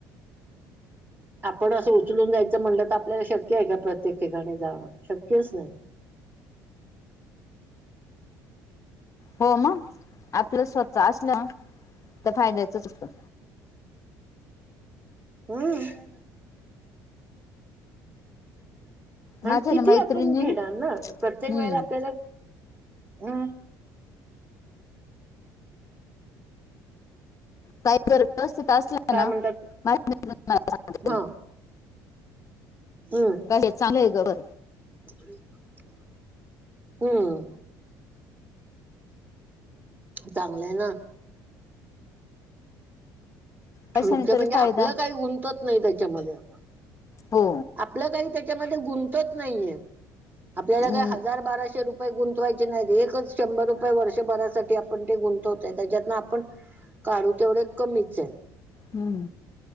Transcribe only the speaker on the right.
आपण असं उचलून जायचं म्हणलं तर, आपल्याला शक्य आहे का प्रत्येक ठिकाणी जाणं शक्यच नाय.
हम्म <unintelligible> आणि
किती
आपण घेणार ना, प्रत्येक
वेळेला आपल्याला हम्म <unintelligible>
काय
म्हणतात
हा हम्म
<unintelligible> हम्म चांगलंय ना
मुख्य
म्हणजे
आपलं काय गुंंतत नाय त्याच्यामध्ये आप
आपल काय त्याच्यामध्ये गुणंतत नाहीये. आपल्याला
काय हजार बाराशे रुप ये गुंतवायचे नाहीत, एकच शंभर रुपये वर्षभरासाठी आपण ते गुंतवतोय त्याज्यातना आपण काढू तेवढे कमीच ये.